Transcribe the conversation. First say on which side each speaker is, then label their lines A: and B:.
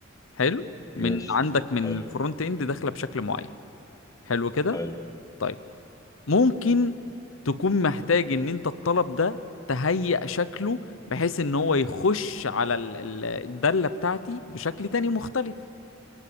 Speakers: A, on the left; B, on the left.
A: حلو
B: ماشي
A: من عندك من
B: حلو
A: الفرونت اند داخله بشكل معين حلو كده
B: حلو
A: طيب ممكن تكون محتاج ان انت الطلب ده تهيئ شكله بحيث ان هو يخش على ال- ال- الدالة بتاعتي بشكل تاني مختلف